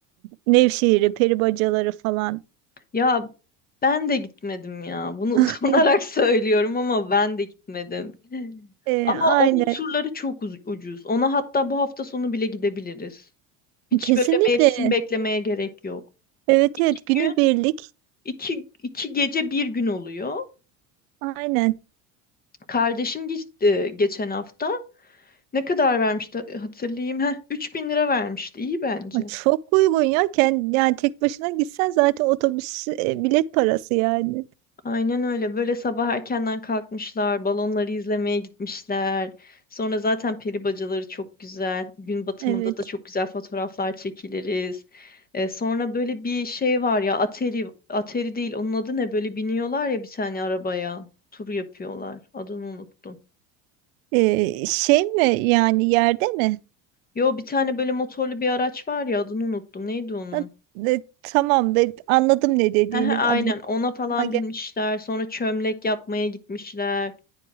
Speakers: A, on the right; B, on the left.
A: Nevşehir'e, peribacaları falan.
B: Ya ben de gitmedim ya. Bunu
A: <laughs>
B: <laughs> utanarak söylüyorum ama ben de gitmedim.
A: Ee,
B: Ama
A: aynen.
B: onun turları çok uz- ucuz. Ona hatta bu hafta sonu bile gidebiliriz. Hiç
A: Kesinlikle.
B: böyle mevsim beklemeye gerek yok.
A: Evet evet günübirlik.
B: Gün iki, iki gece bir gün oluyor.
A: Aynen.
B: Kardeşim gitti geçen hafta. Ne kadar vermişti hatırlayayım. Heh, 3000 lira vermişti. İyi bence.
A: Ay, Çok uygun ya. Kend, yani tek başına gitsen zaten otobüs e, bilet parası yani.
B: Aynen öyle. Böyle sabah erkenden kalkmışlar, balonları izlemeye gitmişler. Sonra zaten peri bacaları çok güzel. Gün batımında
A: Evet.
B: da çok güzel fotoğraflar çekiliriz. Ee, sonra böyle bir şey var ya, Atari, Atari değil, onun adı ne? Böyle biniyorlar ya bir tane arabaya, tur yapıyorlar. Adını unuttum.
A: Ee, şey mi yani yerde mi?
B: Yo bir tane böyle motorlu bir araç var ya, adını unuttum. Neydi onun?
A: Ha, e, tamam be, anladım
B: <laughs>
A: ne dediğini.
B: Hı hı, Aynen
A: Adı
B: ona falan
A: aklıma gel-
B: binmişler. Sonra çömlek yapmaya gitmişler.